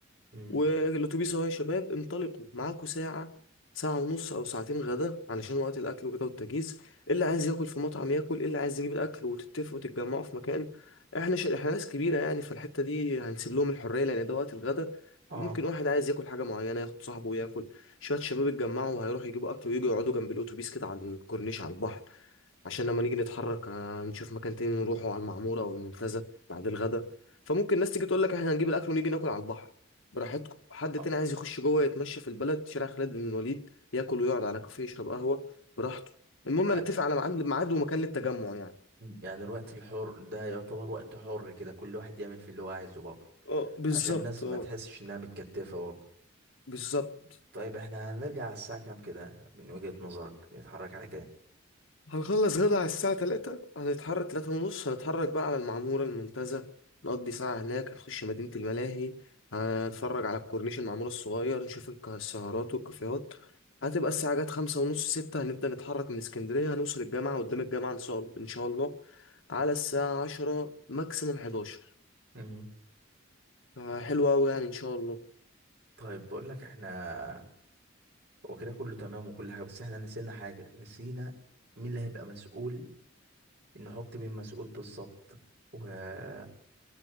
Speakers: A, on the right; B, on the left.
A: امم
B: والأتوبيس أهو يا شباب انطلقوا معاكوا ساعة ساعة ونص أو ساعتين غدا علشان وقت الأكل وكده والتجهيز إيه اللي عايز ياكل في مطعم ياكل إيه اللي عايز يجيب الأكل وتتفقوا وتتجمعوا في مكان احنا ش... احنا ناس كبيرة يعني فالحتة دي هنسيب لهم الحرية لأن ده وقت الغدا
A: اه
B: ممكن واحد عايز ياكل حاجة معينة ياخد صاحبه وياكل شوية شباب اتجمعوا وهيروحوا يجيبوا أكل ويجوا يقعدوا جنب الأتوبيس كده على الكورنيش على البحر عشان لما نيجي نتحرك آه، نشوف مكان تاني نروحه على المعمورة أو المنتزه بعد الغدا فممكن الناس تيجي تقول لك احنا هنجيب الأكل ونيجي ناكل على البحر براحتكم حد
A: آه،
B: تاني عايز يخش جوه يتمشى في البلد شارع خالد بن الوليد ياكل ويقعد على كافيه يشرب قهوة براحته المهم
A: يع-
B: نتفق على ميعاد ميعاد ومكان للتجمع يعني
A: يعني الوقت الحر ده يعتبر وقت حر كده كل واحد يعمل فيه اللي هو عايزه برضه
B: اه بالظبط
A: عشان الناس
B: اه
A: ما تحسش انها متكتفه برضه
B: بالظبط
A: طيب احنا هنرجع على الساعه كام كده من وجهه نظرك نتحرك على كام
B: هنخلص غدا على الساعة تلاتة هنتحرك تلاتة ونص هنتحرك بقى على المعمورة المنتزه نقضي ساعة هناك هنخش مدينة الملاهي هنتفرج على كورنيش المعمورة الصغير نشوف الك- السهرات والكافيهات هتبقى الساعة جت خمسة ونص ستة هنبدأ نتحرك من اسكندرية هنوصل الجامعة قدام الجامعة إن شاء إن شاء الله على الساعة عشرة ماكسيمم حداشر
A: امم
B: آه، حلو أوي يعني إن شاء الله
A: طيب بقول لك احنا هو كده كله تمام وكل حاجه بس احنا نسينا حاجه نسينا مين اللي هيبقى مسؤول نحط مين مسؤول بالظبط وعايزين